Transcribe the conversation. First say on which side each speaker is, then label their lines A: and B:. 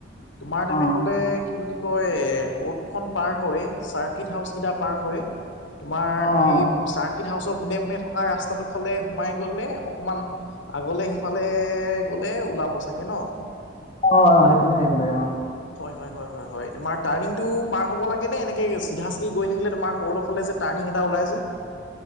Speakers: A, on the left; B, on the left.
A: তোমাৰ তেনেহলে
B: অ
A: কি বুলি, কয় কৰ্ট খন পাৰ হৈ চাৰ্কিট হাউচ কেইটা পাৰ হৈ তোমাৰ
B: অ অ
A: সেই, চাৰ্কিট হাউচৰ পোনে পোনে থকা ৰাস্তাটো ফালে সোমাই গ'লে অকমান। আগলে সিফালে গলে ওলাব চাগে ন?
B: অ অ সেইপিনে আহিব লাগে। অ
A: হয়-হয়-হয়-হয়-হয় তোমাৰ টাৰ্ণিংটো পাৰ হ'ব লাগেনে এনেকে চিধা চিধি গৈ থাকিলে তোমাৰ কৰ্ডৰ ফলে যে টাৰ্ণি এটা ওলাই যে।